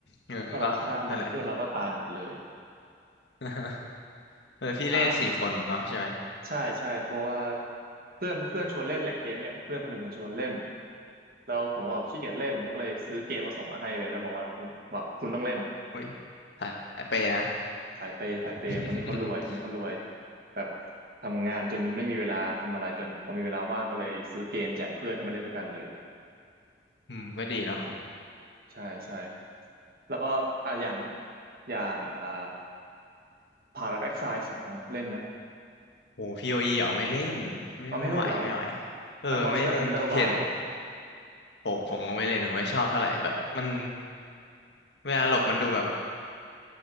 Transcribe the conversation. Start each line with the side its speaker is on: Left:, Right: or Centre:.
Left: เออก็นั่นแหละ
Right: ถ้าเราฆ่ามันเพื่อนเราก็ตายหมดเลย
Left: <laughs> เออพี่เล่นสี่คนเนาะใช่ไหม
Right: อ่า ใช่ใช่เพราะว่าเพื่อนเพื่อนชวนเล่นแหละเกมเนี่ยเพื่อนคนหนึ่งมันชวนเล่นแล้วผมก็ขี้เกียจเล่นมันก็เลยซื้อเกมมาส่งมาให้เลยแล้วบอกว่ามึงแบบคุณต้องเล่น
Left: โอุ้ยสายเปย์นะ
Right: สายเปย์สายเปย์คนนี้เขารวยคนนี้เขารวย
Left: <laughs>
Right: แบบทำงานจนไม่มีเวลาทำอะไรจนพอมีเวลาว่างก็เลยซื้อเกมแจกเพื่อนให้มาเล่นด้วยกันเลย
Left: อืมก็ดีเนาะ
Right: ใช่ใช่แล้วก็อ่ะอย่างอย่างอ่าพาราแอ็กไซสองเล่นไหม
Left: โหพีโออีเหรอไม่เล่นไม่ไม่ไหวไม่ไหว
Right: เอาไม่เล่นเหรอ
Left: เออไม่เล่น
Right: อ่ะมอนสเตอร์ฮันเตอร์วายอ่ะ
Left: <laughs> เห็นโหผมก็ไม่เล่นผมไม่ชอบเท่าไหร่แบบมันเวลาหลบมันดูแบบ